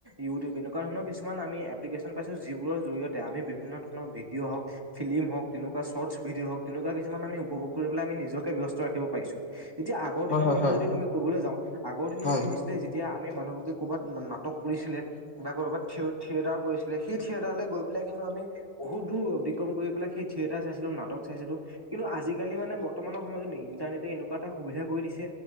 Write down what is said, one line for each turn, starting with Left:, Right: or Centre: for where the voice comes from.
Right: ইউটিউব এনেকোৱা ধৰণৰ কিছুমান আমি এপ্লিকেশ্যন পাইছো যিবোৰৰ জৰিয়তে আমি বিভিন্ন ধৰণ ভিডিঅ' হওঁক ফিল্ম হওঁক তেনেকুৱা চৰ্ট ভিডিঅ' হওঁক তেনেকুৱা কিছুমান আমি উপভোগ কৰি পেলাই আমি নিজকে ব্যস্ত ৰাখিব পাৰিছো। এতিয়া আগৰ
Left: হয়,
Right: দিনৰ
Left: হয়,
Right: কথা
Left: হয়,
Right: যদি তুমি ক'বলৈ যাওঁ, আগৰ দিনত
Left: হয়,
Right: কি
Left: হয়,
Right: হৈছিলে যেতিয়া আমি মানুহবোৰে ক'ৰবাত নাটক কৰিছিলে বা কৰ'বাত থিয়-থিয়েটাৰ কৰিছিলে সেই থিয়েটাৰলৈ গৈ পেলাই কিন্তু আমি বহুত দূৰ অতিক্ৰম কৰি পেলাই সেই থিয়েটাৰ চাইছিলো নাটক চাইছিলোশকিন্তু আজিকালি মানে বৰ্তমানৰ সময়ত ইণ্টাৰনেটে এনেকুৱা এটা সুবিধা কৰি দিছে